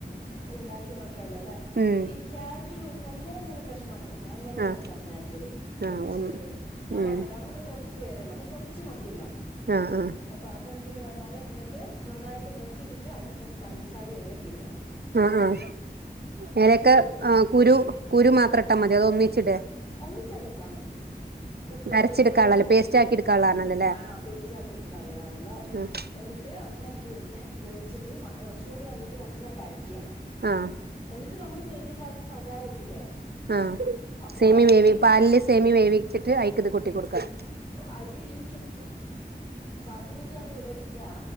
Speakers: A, on the left (about 35°); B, on the right (about 75°).
A: ഇണ്ടാക്കി നോക്കാല്ലോ ല്ലെ
B: ഉം
A: ഈ ക്യാരറ്റരു ഒന്നോ ഒന്നര കഷ്ണോ മതി ഞാൻ ഇന്നലെ ഒന്നര
B: ആഹ്
A: കഷ്ണാണ് എടുത്തത് കുറച്ച്
B: ആഹ് ഒന്ന്
A: സേമിയം. ഞാൻ
B: ഉം
A: പറഞ്ഞല്ലൊ ഞങ്ങളിവിടെ കുറച്ച് പേരേ ഉള്ളൂ അപ്പൊ കൊറച്ച് മതിയല്ലൊ
B: ആഹ് ആഹ്
A: അപ്പൊ ആ കണക്കിന് പറഞ്ഞാല് ഇന്നിട്ട് നന്നായിട്ട് മുറിച്ചിട്ടിട്ട് അയില് കുറച്ച് പഞ്ചസാരി ഏലയ്ക്ക ഇല്ലേ
B: ആ ആഹ് എലക്ക
A: വേവിച്ച്
B: ആ കുരു കുരു മാത്ര ട്ടാ മത്യോ അതോ ഒന്നിച്ചിടെ
A: ഒന്നിച്ചങ്ങു ട്ടാമതി കുക്
B: അരച്ചെടുക്കാനുള്ളല്ലേ
A: അതങ്ങ് വെന്ത്
B: പേസ്റ്റ് ആക്കി എടുക്കാനുള്ളതാണല്ലോല്ലേ
A: ആ പേസ്റ്റ് ആക്കി എടു ക്കാള്ളതാണല്ലോ
B: ആഹ്
A: എന്നിട്ട് അങ്ങനെ പിന്നെ വേവിച്ചിട്ട് മ ഓ ചൂട് കഞ്ഞിട്ട് നന്നായിട്ടരക്ക്യ
B: ആഹ്
A: എന്നിട്ട് നമ്മള് സേമി പായസം സദാ വെക്കില്ലേ
B: ആഹ
A: അപ്പൊ
B: സേമി
A: അയില്
B: വേവി
A: ഈ
B: പാലില് സേമി വേവിച്ചിട്ട് അയി ക്ക് ത് കൂട്ടി കൊടുക്കാ
A: അയിൽ ഈ സാബൂനരി ഞങ്ങളിടലില്ല